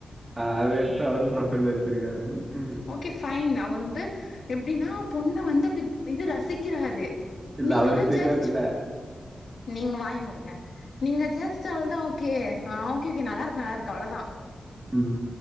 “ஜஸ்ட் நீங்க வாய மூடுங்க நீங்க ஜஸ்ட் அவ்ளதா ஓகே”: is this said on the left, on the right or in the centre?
Left